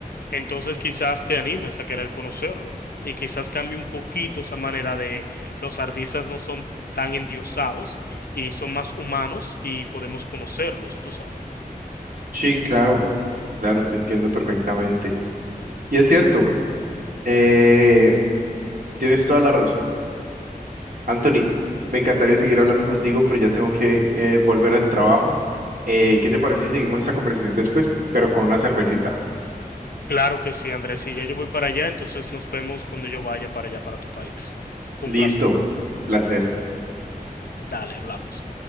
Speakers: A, on the left; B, on the right.
A: entonces quizás te animes a querer conocerlo y quizás cambie un poquito esa manera de los artistas no son tan endiosados y son más humanos y podemos conocerlos, tú sabes.
B: Sí, claro, claro, te entiendo perfectamente. Y es cierto, eh, tienes toda la razón. Anthony, me encantaría seguir hablando contigo, pero ya tengo que eh, volver al trabajo. Eh, ¿qué te parece si seguimos esta conversación después, pero con una cervecita?
A: Claro que sí, Andrés. Si yo, yo voy para allá, entonces nos vemos cuando yo vaya para allá, para tu país. Un
B: Listo,
A: placer.
B: un placer.
A: Dale, hablamos.